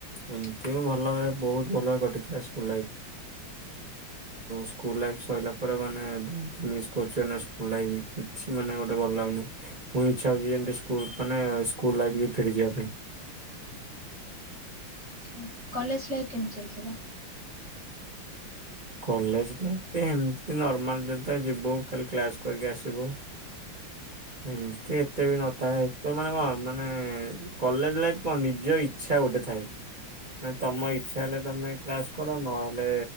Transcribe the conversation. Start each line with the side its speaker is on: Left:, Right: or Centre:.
Right: ଏମତି ଭଲରେ ବହୁତ୍ ଭଲରେ କଟିଥିଲା school life. School life ସରିଲା ପରେ ମାନେ ବହୁତ୍ ମିସ୍ କରୁଛି ମାନେ ସ୍କୁଲ ଲାଇଫ କିଛି ମାନେ ଗୋଟେ ଭଲ ଲାଗୁନି। ପୁଣି ଇଚ୍ଛା ହେଉଛି ଏମତି ସ୍କୁଲ ମାନେ ସ୍କୁଲ୍ ଲାଇଫି କି ଫେରି ଯିବା ପାଇଁ।
Centre: ଆଛା କଲେଜ୍ ଲାଇଫ କେମିତି ଚାଲିଥିଲା?
Right: କଲେଜ ତ ଏମତି ନର୍ମାଲ ଯେତେ ଯିବୁ ଖାଲି କ୍ଲାସ୍ କରିକି ଆସିବୁ। <inaudible> ଏମତି ଏତେ ବି ନଥାଏ ତେ ମାନେ କଣ ମାନେ କଲେଜ ଲାଇଫ କଣ ନିଜ ଇ ଇଛା ଗୋଟେ ଥାଏ ମାନେ ତମ ଇଛା ହେଲେ ତମେ କ୍ଲାସ କର ନହେଲେ